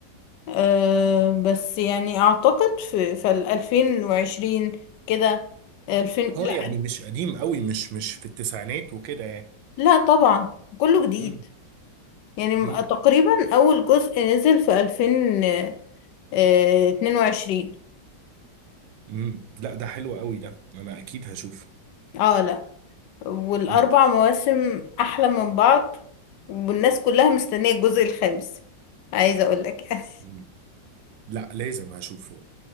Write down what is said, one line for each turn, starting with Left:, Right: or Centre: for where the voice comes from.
Left: أه بس يعني أعتقد في في الألفين وعشرين كده ألفين
Right: اه
Left: لا
Right: يعني مش قديم قوي مش مش في التسعينات وكده يعني
Left: لا طبعا كله جديد
Right: امم
Left: يعني م-
Right: امم
Left: تقريبا أول جزء نزل في ألفين آه، اتنين وعشرين
Right: امم لا ده حلو قوي ده انا اكيد هشوفه
Left: اه لا والأربع
Right: امم
Left: مواسم أحلى من بعض والناس كلها مستنية الجزء الخامس عايزة أقولك يعني
Right: امم لا لازم هشوفه